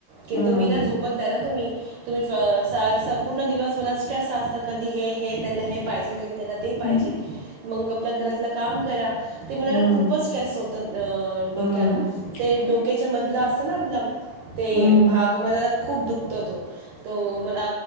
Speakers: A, on the right; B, on the left.
A: की
B: हं,
A: तुम्ही ना झोपत नाही ना तुम्ही तुम्ही अ.. सा संपूर्ण दिवस मला स्ट्रेस असता कधी हे हे त्यांला हे पाहिजे कधी त्यांला ते पाहिजे
B: हं,
A: मग आपल्या घरातलं काम करा ते मुलाला
B: हं,
A: खूपच स्ट्रेस होत अ
B: हं,
A: डोक्याला ते डोक्याच्या
B: हं.
A: मधलं असत ना आपला ते
B: हम्म,
A: भाग माझ्याला खूप दुखतो तो तो मला